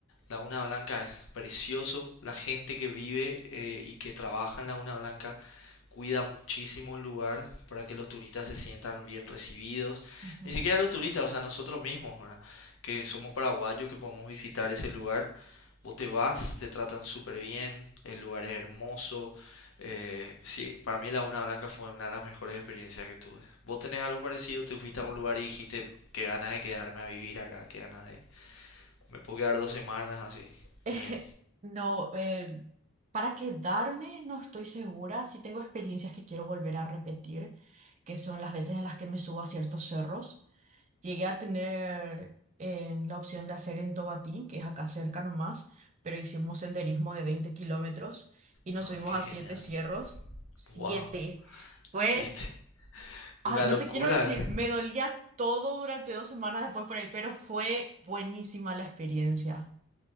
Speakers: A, on the left; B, on the right.
A: la una Blanca es precioso, la gente que vive eh, y que trabaja en la una Blanca cuida muchísimo el lugar para que los turistas se sientan bien recibidos.
B: Ujú.
A: Ni siquiera los turistas, o sea, nosotros mismos, ¿verdad? que somos paraguayos, que podemos visitar ese lugar. Vos te vas, te tratan súper bien, el lugar es hermoso. eh, sí, para mí la una Blanca fue una de las mejores experiencias que tuve. ¿Vos tenés algo parecido? ¿Te fuiste a un lugar y dijiste que ganas de quedarme a vivir acá, que ganas de, me puedo quedar dos semanas así.
B: Eh,
A: Bien.
B: No, eh, para quedarme no estoy segura. Sí tengo experiencias que quiero volver a repetir, que son las veces en las que me subo a ciertos cerros. Llegué a tener eh, la opción de hacer en Tobatí, que es acá cerca nomás, pero hicimos senderismo de 20 kilómetros y nos
A: Ah,
B: subimos
A: qué
B: a
A: genial.
B: siete cierros. ¡Siete!
A: Wow.
B: Fue,
A: Siete. <laughs> Una
B: ay, no
A: locura.
B: te quiero decir, me dolía todo durante dos semanas después por ahí, pero fue buenísima la experiencia.